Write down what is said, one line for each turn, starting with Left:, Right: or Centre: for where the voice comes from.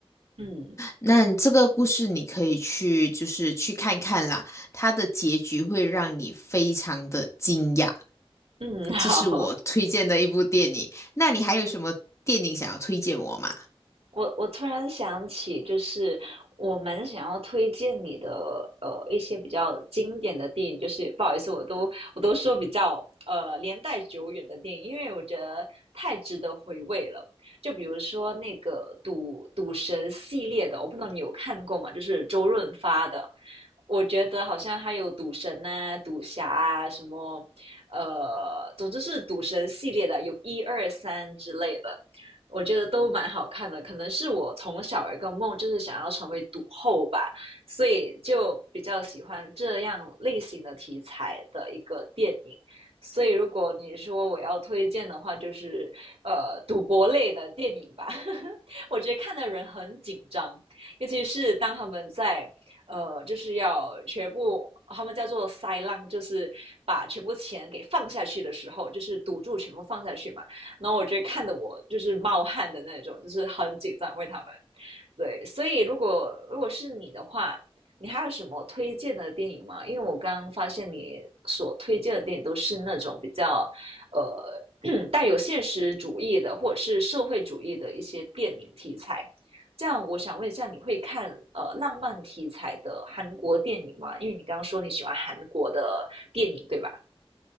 Right: 嗯
Left: 那你这个故事你可以去，就是去看看啦，它的结局会让你非常的惊讶。
Right: 嗯，<laughs>
Left: 这是我推荐的一部电影。
Right: 好，
Left: 那你还有什么电影想要推荐我吗？
Right: 我我突然想起，就是我蛮想要推荐你的呃一些比较经典的电影，就是不好意思，我都我都说比较呃年代久远的电影，因为我觉得太值得回味了。就比如说那个赌赌神系列的，我不知道你有看过吗？就是周润发的，我觉得好像还有赌神呐、赌侠啊什么，呃，总之是赌神系列的，有一二三之类的。我觉得都蛮好看的。可能是我从小有一个梦，就是想要成为赌后吧，所以就比较喜欢这样类型的题材的一个电影。所以如果你说我要推荐的话，就是呃赌博类的电影吧。<laughs> 我觉得看的人很紧张，尤其是当他们在呃就是要全部。他们叫做塞浪，就是把全部钱给放下去的时候，就是赌注全部放下去嘛。然后我觉得看的我就是冒汗的那种，就是很紧张为他们。对，所以如果如果是你的话，你还有什么推荐的电影吗？因为我刚发现你所推荐的电影都是那种比较呃 <clears throat> 带有现实主义的或者是社会主义的一些电影题材。这样，我想问一下，你会看呃浪漫题材的韩国电影吗？因为你刚刚说你喜欢韩国的电影，对吧？